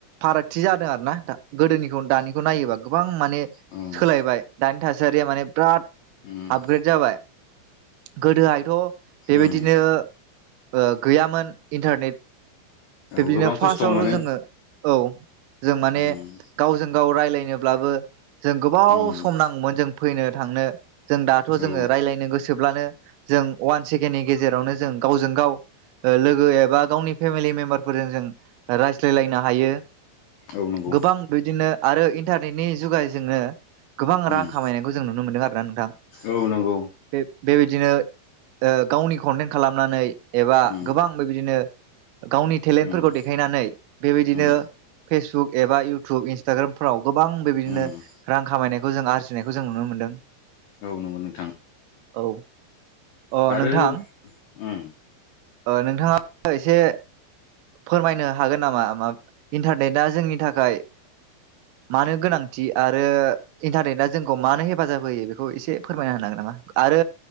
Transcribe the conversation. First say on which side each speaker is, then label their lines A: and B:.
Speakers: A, on the right; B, on the left.
A: फारागथि जादों आर ना नोंथां। गोदोनिखौ दानिखौ नायोब्ला गोबां माने
B: उम
A: सोलायबाय दानि था सारिया माने बिराद
B: उम
A: आपग्रेड जाबाय। गोदोहायथ' बेबायदिनो
B: उम
A: ओ गैयामोन इन्टारनेट
B: औ
A: बिब्दिनो
B: गोबां
A: फार्स्टआवथ'
B: खस्थ' मोनो
A: जोङो औ जों माने
B: उम
A: गावजों-गाव रायज्लायनो ब्लाबो जों गोबाव
B: उम
A: सम नांगौमोन जों फैनो थांनो जों दाथ' जोङो
B: औ
A: रायज्लायनो गोसोब्लानो जों अवान सेकेणडनि गेजेरावनो जों गावजों-गाव ओ लोगो एबा गावनि फेमिलि मेम्बारफोरजों जों रायज्लायलायनो हायो।
B: औ नंगौ
A: गोबां बिदिनो आरो इन र्टानेदनि जुगाय जोंनो गोबां
B: उम
A: रां खामायनायखौ जों नुनो मोनदों आरोना नोंथां
B: औ नंगौ
A: बे-बेबायदिनो गावनि कनटेन्ट खालामनानै एबा
B: उम
A: गोबां बेबायदिनो गावनि टेलेन्टफोरखौ
B: उम
A: देखायनानै बेबायदिनो
B: उम
A: फेसबुक एबा इउटुब इन्स्टाग्रामफ्राव गोबां बेबायदिनो
B: उम
A: रां खामायनाय खौ जों आरजिनायखौ जों नुनो मोनदों
B: औ नंगौ नोंथां
A: औ अ
B: आरो
A: नोंथां
B: ओम
A: नोंथाङा एसे फोरमायनो हागोन नामा मा इन्टारनेटआ जोंनि थाखाय मानो गोनांथि आरो इन्टारनेटआ जोंखौ मानो हेफाजाब होयो बेखौ एसे फोरमायना होनो हागोन नामा आरो